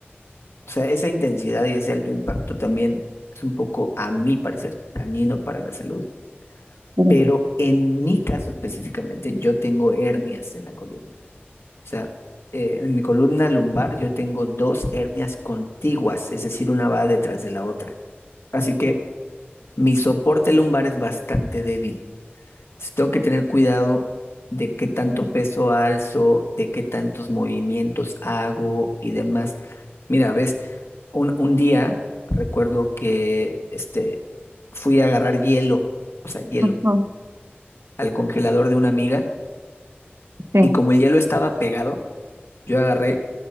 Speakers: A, on the left; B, on the right.
A: o sea, esa intensidad y ese alto impacto también es un poco, a mi parecer, dañino para la salud.
B: Ujú,
A: Pero en mi caso específicamente, yo tengo hernias en la columna. O sea, eh, en mi columna lumbar yo tengo dos hernias contiguas, es decir, una va detrás de la otra. Así que mi soporte lumbar es bastante débil. Sí, Tengo que tener cuidado de qué tanto peso alzo, de qué tantos movimientos hago y demás. Mira, ves, un, un día recuerdo que este, fui a agarrar hielo, o sea, hielo,
B: ujú,
A: al congelador de una amiga
B: sí,
A: y como el hielo estaba pegado, yo agarré